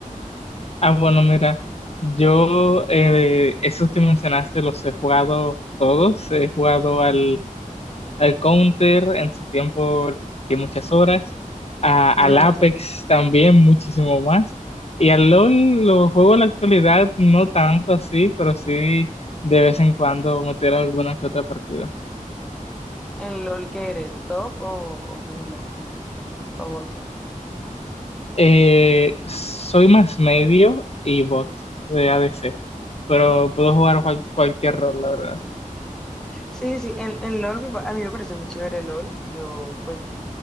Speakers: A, on the left; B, in the centre.
A: ah, bueno, mira, yo eh, esos que mencionaste los he jugado todos, he jugado al al Counter en su tiempo que muchas horas, a- al
B: <laughs>
A: Apex también muchísimo más, y al LOL lo juego en la actualidad no tanto así, pero sí de vez en cuando meter alguna que otra partida.
B: en LOL que eres, top o, o jungla o bot.
A: Eh, soy más medio y bot de ADC, pero puedo
B: Sí,
A: jugar cual- cualquier rol, la verdad.
B: sí, sí, en, en LOL me pa- a mí me parece muy chévere LOL. Yo, pues,